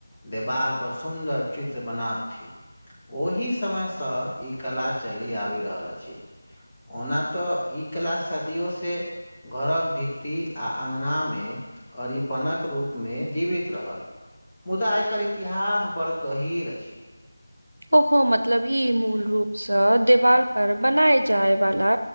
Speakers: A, on the left (about 30°); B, on the right (about 75°).
A: देवाल पर सुन्दर चित्र बनाबथि ओहि स समय से इ कला चलि आबि रहल अछि। ओना तऽ इ कला सदियो से घरक भित्ति आ अगना मे अरिपनक रूप मे जीवित रहल मुदा एकर इतिहास बड़ गहीर अछि
B: ओहो मतलब इ मूल रूप से देवाल पर बनाय जायवला